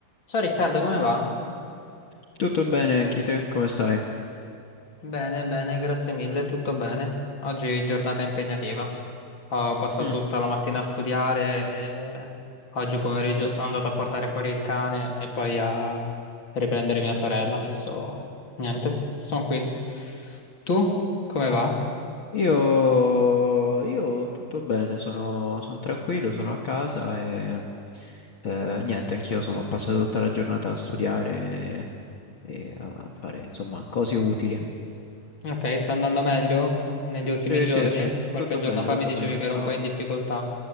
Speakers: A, on the left (about 30°); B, on the left (about 70°).
A: Ciao Riccardo, come va?
B: Tutto bene anche te? Come stai?
A: Bene, bene, grazie mille, tutto bene. Oggi è giornata impegnativa. Ho passato
B: Mm.
A: tutta la mattina a studiare e oggi pomeriggio sono andato a portare fuori il cane e poi a riprendere mia sorella. Adesso niente, sono qui. Tu come va?
B: Io, io tutto bene, sono, sono tranquillo, sono a casa e eh, niente, anch'io sono passato tutta la giornata a studiare e, e a fare insomma cose utili.
A: Ok, sta andando meglio negli ultimi
B: Sì,
A: giorni?
B: sì, sì,
A: Qualche
B: tutto
A: giorno
B: bene,
A: fa
B: tutto
A: mi dicevi
B: bene.
A: che
B: Sono...
A: ero un po' in difficoltà.